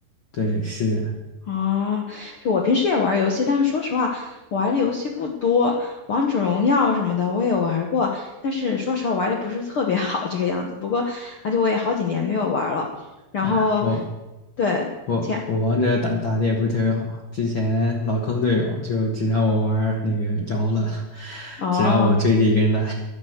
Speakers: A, on the left; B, on the left.
A: 对，是，
B: 啊，就我平时也玩游戏，但是说实话，我玩的游戏不多。王者荣耀什么的我也玩过，但是说实话玩的不是特别 <laughs> 好这个样子。不过，而且我也好几年没有玩了。然后，
A: 哎呀，我
B: 对，
A: 我我王者打打的也不是特别好，
B: 前
A: 之前老坑队友，就只让我玩儿那个瑶了，
B: 哦，
A: 只让我追着一个人打，